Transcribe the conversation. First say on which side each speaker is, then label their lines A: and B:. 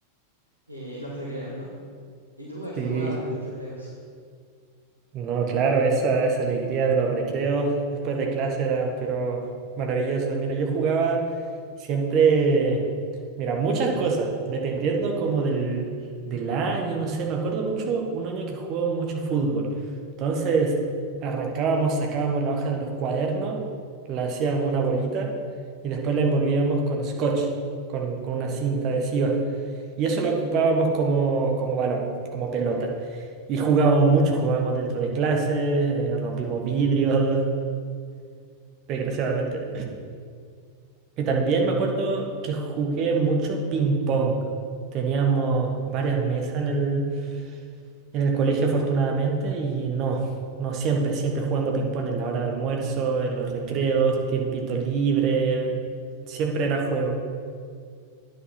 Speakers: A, on the right (about 85°); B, on the right (about 35°).
A: eh, los recreos, ¿no? ¿Y tú a qué
B: Sí.
A: jugabas en los recreos?
B: No, claro, esa, esa alegría de los recreos después de clase eran, pero maravilloso. Mira, yo jugaba siempre, mira, muchas cosas, dependiendo como del, del año, no sé, me acuerdo mucho un año que jugaba mucho fútbol. Entonces, arrancábamos, sacábamos la hoja de los cuadernos, la hacíamos una bolita y después la envolvíamos con scotch, con, con una cinta adhesiva. Y eso lo ocupábamos como, como balón, como pelota. Y jugábamos mucho, jugábamos dentro de clases, eh, rompimos vidrios, <laughs> desgraciadamente. Y también me acuerdo que jugué mucho ping pong. Teníamos varias mesas en el, en el colegio, afortunadamente, y no, no siempre, siempre jugando ping pong en la hora de almuerzo, en los recreos, tiempito libre, siempre era juego.